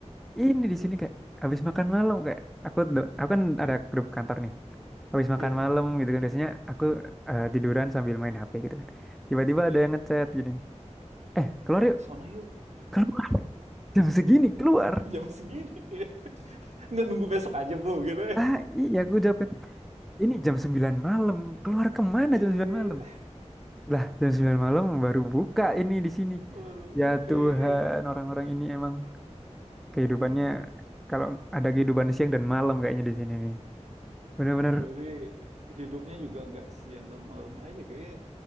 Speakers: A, in the centre; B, on the right.
A: Ini di
B: iya,
A: sini kayak
B: iya,
A: habis makan malam kayak aku do- aku kan ada grup kantor nih. Habis makan
B: iya.
A: malam gitu kan biasanya aku eh, tiduran sambil main HP gitu kan. Tiba-tiba ada
B: iya.
A: yang ngechat gini. Eh, keluar yuk.
B: Sono yuk,
A: Keluar <laughs> jam segini keluar.
B: <laughs> jam segini. iya. Nggak nunggu besok aja bro, gitu. ya.
A: Ah, iya aku jawab kan. Ini jam 9 malam. Keluar kemana
B: Iya,
A: jam 9 malam? Lah, jam 9 malam baru buka ini di sini.
B: Waduh,
A: Ya
B: kayaknya
A: Tuhan, orang-orang ini emang kehidupannya
B: ya.
A: kalau ada kehidupan siang dan malam kayaknya di sini nih. Bener-bener
B: Berarti hidupnya juga nggak siang dan malam aja kayaknya